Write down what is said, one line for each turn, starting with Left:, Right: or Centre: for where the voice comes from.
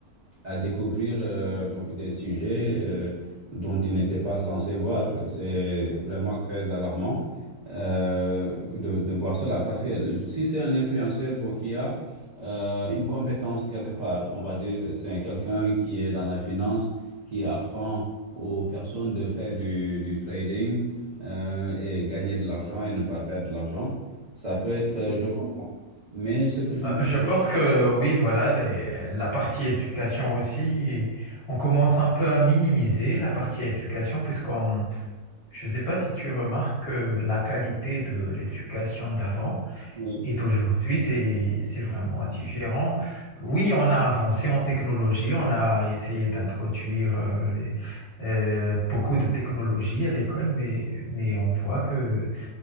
Right: à découvrir euh, donc des sujets euh, dont ils n'étaient pas censés voir. C'est vraiment très alarmant euh, que de, de voir cela. Parce que le- si c'est un influenceur bon, qui a euh, une compétence quelque part, on va dire c'est quelqu'un qui est dans la finance, qui apprend aux personnes de faire du, du trading euh, et gagner de l'argent et ne pas perdre de l'argent, ça peut être, euh, je comprends. Mais ce que je
Left: Euh,
Right: ne comprends
Left: Je pense
Right: pas,
Left: que oui, voilà, les- la partie éducation aussi, on commence un peu à minimiser la partie éducation, puisqu'on, je ne sais pas si tu remarques que la qualité de l'éducation d'avant
Right: oui,
Left: et d'aujourd'hui, c'est, c'est vraiment différent. Oui, on a avancé en technologie, on a essayé d'introduire euh, les- euh, beaucoup de technologies à l'école, mais, mais on voit que